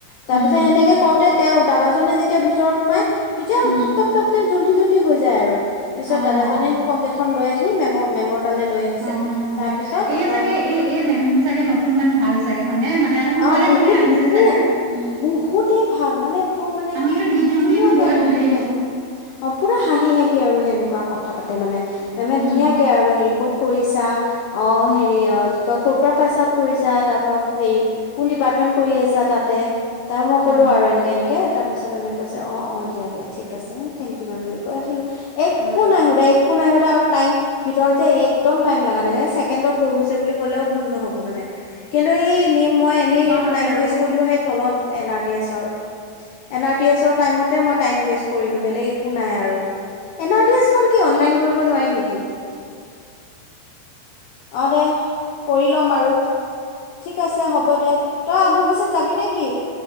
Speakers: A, on the left; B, on the right.
A: তাৰপিছত
B: উম,
A: সেনেকে কওঁতে তেওঁ দাদাজনে যেতিয়া ভিতৰত সোমাই, তেতিয়াও
B: উম,
A: ধপ পটপকে জল্দি জল্দি হৈ যায় আৰু। পিছত
B: অ'।
A: দাদাজনে ফৰ্ম কেইখন লৈ আহি মেমৰ মেমৰ তালৈ লৈ আহিছে
B: অ', মেমক
A: তাৰ
B: দিয়ে। এই
A: অ'
B: চাগে এই এই মেম চাগে নতুন মেম ভাল চাগে হয়নে? মানে সোনকালে
A: অ বহুত
B: মানে আহিছে
A: বহুত
B: চাগে উম।
A: বহুতেই ভাল মানে তোৰ মানে
B: আমিতো
A: কি
B: দুই তিনদিন
A: ধুনীয়াকে
B: গৈ
A: হাঁহি
B: ঘূৰি আহিছোঁ।
A: হাঁহি অ', পুৰা হাঁহি হাঁহি আৰু সেনেকুৱা কথা পাতে মানে মেমে
B: উম।
A: ধুনীয়াকে আৰু হেৰি ক'ত কৰিছা অ', হেৰি অ', কি কয় ক'ৰ পৰা পাছ আউট কৰিছা তাৰপা হেৰি কোন ডিপাৰ্টমেন্ট কৰি আছা তাতে তাৰপা মই
B: উম,
A: ক'লো আৰু এনেকে এনে কে তাৰ পিছত মেমে কৈছে অ', অ', দিয়া দিয়া ঠিক আছে মই বোলো থেংক ইউ মেম বুলি কৈ আহিলোঁ। একো
B: উম,
A: নাই সুধা একো নাই সুধা আৰু টাইম ভিতৰত যে, একদম টাইম লগা নাই ছেকেণ্ডত হৈ গৈছে বুলি ক'লেও ভুল নহ'ব মানে কিন্তু সেই মই এনেই
B: তেনেকুৱা হ'লে
A: টাইম
B: আৰু
A: ৱেষ্ট কৰিলো সেই তলত এন আৰ টি এছৰ। এন আৰ টি এছৰ টাইমতে মই টাইম কৰিলোঁ বেলেগ একো নাই আৰু। এন আৰ টি এছ খন কি অনলাইন কৰিব নোৱাৰি নেকি?
B: <inaudible>
A: অ', দে কৰি ল'ম আৰু। কে আছে হ'ব দে, তই আম্বুবাচিত যাবি নে কি?